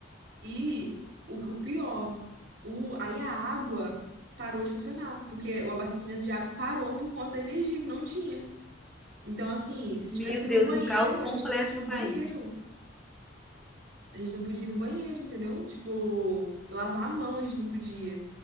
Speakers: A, on the right (about 60°); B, in the centre.
A: E o, o pior, o, aí a água parou de funcionar, porque o abastecimento de água parou por conta da energia que não tinha. Então, assim, se
B: Meu
A: tivesse que
B: Deus,
A: ir no banheiro,
B: um caos completo
A: a gente não podia
B: no
A: ir no
B: país.
A: banheiro. A gente não podia ir no banheiro, entendeu? Tipo, lavar a mão a gente não podia.